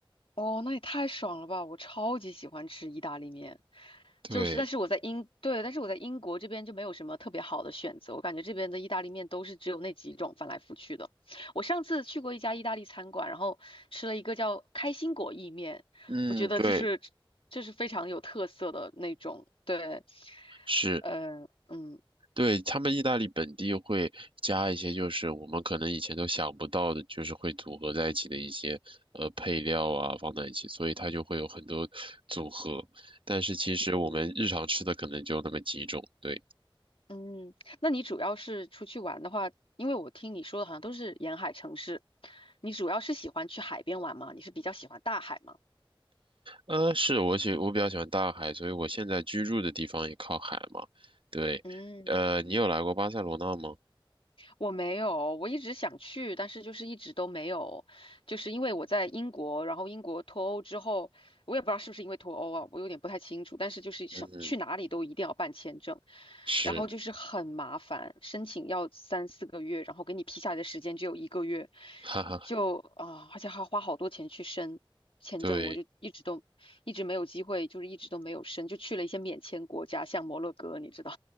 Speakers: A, on the left; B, on the right.
A: 哦，那也太爽了吧！我超级喜欢吃意大利面，
B: 对，
A: 就是，但是我在英，对，但是我在英国这边就没有什么特别好的选择，我感觉这边的意大利面都是只有那几种翻来覆去的。我上次去过一家意大利餐馆，然后吃了一个叫开心果意面，
B: 嗯，
A: 我觉得这是这是非常有特色的那种，
B: 对，
A: 对，
B: 是。
A: 呃，嗯
B: 对，他们意大利本地会加一些，就是我们可能以前都想不到的，就是会组合在一起的一些呃配料啊，放在一起，所以它就会有很多组合。但是其实我们日常吃的可能就那么几种。
A: 嗯。
B: 对，
A: 嗯，那你主要是出去玩的话，因为我听你说的好像都是沿海城市，你主要是喜欢去海边玩吗？你是比较喜欢大海吗？
B: 呃，是我喜我比较喜欢大海，所以我现在居住的地方也靠海嘛。对，
A: 嗯。
B: 呃，你有来过巴塞罗那吗？
A: 我没有，我一直想去，但是就是一直都没有，就是因为我在英国，然后英国脱欧之后，我也不知道是不是因为脱欧啊，我有点不太清楚，但是就是想去哪里都一定要办签证，
B: 嗯哼，是，
A: 然后就是很麻烦，申请要三四个月，然后给你批下来的时间只有一个月，
B: 哈哈，
A: 就啊，而且还要花好多钱去申签证，
B: 对。
A: 我就一直都一直没有机会，就是一直都没有申，就去了一些免签国家，像摩洛哥，你知道。